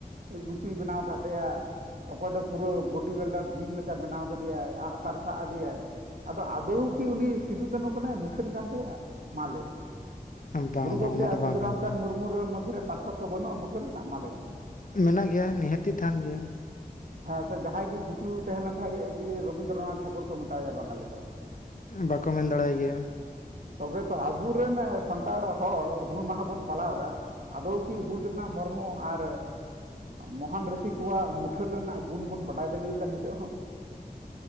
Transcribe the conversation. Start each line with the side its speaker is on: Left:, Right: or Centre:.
Right: ᱜᱩᱪᱩᱭ ᱵᱮᱱᱟᱣ ᱠᱟᱜ ᱛᱟᱭᱟ ᱚᱠᱚᱭ ᱫᱚ ᱯᱩᱨᱟᱹ ᱵᱚᱰᱤ ᱵᱤᱞᱰᱟᱨ ᱡᱤᱢ ᱞᱮᱠᱟ ᱵᱮᱱᱟᱣ ᱠᱟ ᱫᱤᱭᱟᱭ ᱟᱜᱼᱥᱟᱨ ᱥᱟᱵ ᱟᱫᱮᱭᱟᱭ ᱟᱫᱚ ᱟᱫᱚᱣ ᱠᱤ ᱩᱱᱤ ᱥᱤᱫᱩᱠᱟᱹᱱᱩ ᱠᱟᱱᱟᱭ ᱢᱩᱴᱷᱟᱹᱱ ᱠᱟᱱ ᱛᱟᱭᱟ ᱢᱟ ᱞᱟᱹᱭ ᱢᱮ
Left: ᱵᱟᱝ
Right: ᱜᱩᱨᱩ
Left: ᱵᱟᱝ
Right: ᱜᱚᱝᱠᱮᱭᱟᱜ
Left: ᱚᱱᱟ ᱫᱚ
Right: ᱥᱟᱹᱫᱷᱩ
Left: ᱵᱟᱝ ᱠᱟᱱ
Right: ᱨᱟᱢᱪᱟᱸᱫᱽ
Left: ᱛᱟᱭᱟ
Right: ᱢᱩᱨᱢᱩ ᱢᱩ ᱢᱚᱫᱽᱫᱷᱮᱨᱮ ᱯᱟᱨᱛᱷᱚᱠᱚ ᱵᱟᱹᱱᱩᱜᱼᱟ ᱢᱩᱴᱷᱟᱹᱱ ᱨᱮᱱᱟᱜ ᱢᱟᱞᱟᱹᱭ ᱢᱮ
Left: ᱢᱮᱱᱟᱜ ᱜᱮᱭᱟ ᱱᱤᱦᱟᱹᱛᱤ ᱛᱟᱦᱮᱱ ᱜᱮᱭᱟ
Right: ᱦᱮᱸ ᱥᱮ ᱡᱟᱦᱟᱸᱭ ᱜᱤ ᱜᱩᱪᱩ ᱛᱟᱦᱮᱸ ᱞᱮᱱᱠᱷᱟᱡ ᱜᱮ ᱨᱚᱵᱤᱱᱫᱨᱚᱱᱟᱛᱷ ᱴᱷᱟᱠᱩᱨ ᱠᱚ ᱢᱮᱛᱟᱣᱟᱭᱟ ᱵᱟᱝᱜᱟᱞᱤ ᱫᱚ
Left: ᱵᱟᱠᱚ ᱢᱮᱱ ᱫᱟᱲᱮᱭᱟᱭ ᱜᱮᱭᱟ
Right: ᱛᱚᱵᱮ ᱛᱚ ᱟᱵᱩᱨᱮᱱ ᱥᱟᱱᱛᱟᱲ ᱦᱚᱲ ᱦᱩᱞ ᱢᱟᱦᱟ ᱵᱚᱱ ᱯᱟᱞᱟᱣ ᱫᱟ ᱟᱫᱚᱣ ᱠᱤ ᱦᱩᱞ ᱨᱮᱱᱟᱜ ᱢᱚᱨᱢᱚ ᱟᱨ ᱢᱚᱦᱟᱱ ᱨᱤᱥᱤ ᱠᱚᱣᱟᱜ ᱢᱩᱴᱷᱟᱹᱱ ᱨᱮᱱᱟᱜ ᱜᱩᱱ ᱵᱚᱱ ᱵᱟᱰᱟᱭ ᱫᱟᱲᱮᱭᱟᱫᱟ ᱱᱤᱛᱚᱜ ᱦᱚᱸ